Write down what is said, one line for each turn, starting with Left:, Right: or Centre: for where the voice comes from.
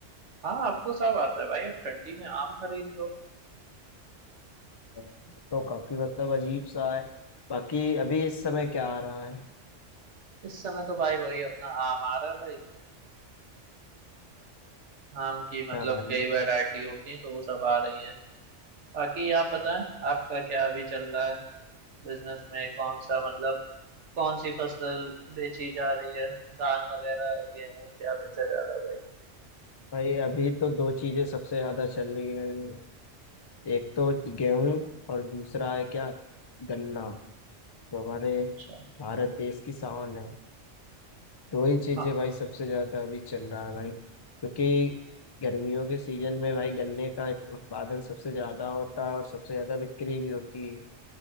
Right: हाँ अब तो सब आता है भाई अब ठंडी में आम खरीद लो
Left: भाई, ये तो काफी मतलब अजीब सा है बाकी अभी इस समय क्या आ रहा है
Right: इस समय तो भाई वही अपना आम आ रहा है भाई आम की मतलब
Left: क्या भाई
Right: कई वैरायटी होती है तो वो सब आ रही है बाकी आप बताएं आपका क्या अभी चल रहा है बिजनेस में कौन सा मतलब कौन सी फसल बेची जा रही है धान वगैरह गेहूं क्या बेचा जा रहा है भाई
Left: भाई अभी तो दो चीजें सबसे ज्यादा चल रही है गर्मी में एक तो गेहूं और दूसरा है क्या गन्ना जो हमारे
Right: अच्छा
Left: भारत देश की शान है दो ही चीजें
Right: हाँ
Left: भाई सबसे ज्यादा अभी चल रहा है भाई क्योंकि गर्मियों के सीजन में भाई गन्ने का उत्पादन सबसे ज्यादा होता है और सबसे ज्यादा बिक्री भी होती है